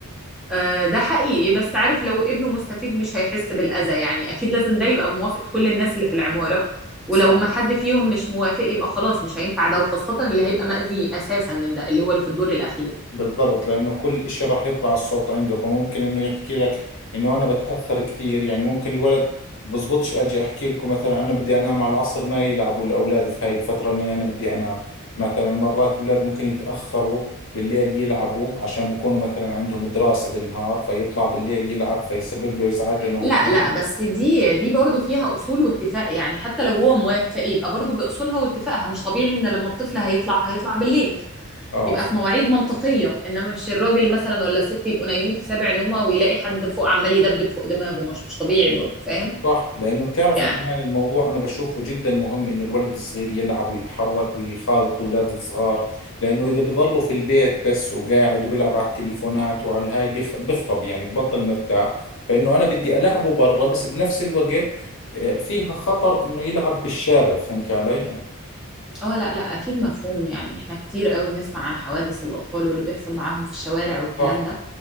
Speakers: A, in the centre; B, on the left (about 60°).
A: آه، ده حقيقي بس عارف لو ابنه مستفيد مش هيحس بالأذى يعني أكيد لازم ده يبقى بموافقة كل الناس اللي في العمارة ولو
B: صح
A: ما حد فيهم مش موافق يبقى خلاص مش هينفع ده وخاصة اللي هيبقى مأذي أساسا من ده اللي هو اللي في الدور الأخير
B: بالضبط لانه كل اشي راح يطلع الصوت عنده فممكن انه يحكي لك انه انا بتاثر كثير يعني ممكن الولد بزبطش اجي احكي لكم مثلا انا بدي انام على العصر ما يلعبوا الاولاد في هاي الفتره اللي انا بدي انام مثلا مرات الاولاد ممكن يتاخروا بالليل يلعبوا عشان بكونوا مثلا عندهم دراسه بالنهار فيطلع بالليل يلعب فيسبب له ازعاج لانه هو
A: لا
B: بده
A: لا
B: ينام
A: بس دي دي برضه فيها أصول واتفاق يعني حتى لو هو موافق يبقى برضه بأصولها واتفاقها مش طبيعي إن لما الطفل هيطلع هيطلع بالليل
B: اه
A: يبقى
B: صح
A: في مواعيد منطقية إنما مش الراجل مثلا ولا الست يبقوا نايمين في سابع نومة ويلاقي حد فوق عمال يدبدب فوق دماغه مش مش طبيعي برضه فاهم
B: صح لأنه بتعرفي
A: يعني
B: كمان الموضوع أنا بشوفه جدا مهم إنه الولد الصغير يلعب ويتحرك ويخالط الأولاد الصغار لأنه إذا بضلوا في البيت بس وقاعد وبيلعب على التليفونات وعلى الهاي بيخ- بخرب يعني ببطل مرتاح فإنه أنا بدي ألعبه برا بس بنفس الوقت آه، فيها خطر إنه يلعب بالشارع فهمت علي؟
A: اه لا لا اكيد مفهوم يعني احنا كتير قوي بنسمع عن حوادث الاطفال واللي بيحصل معاهم في الشوارع والكلام
B: صح
A: ده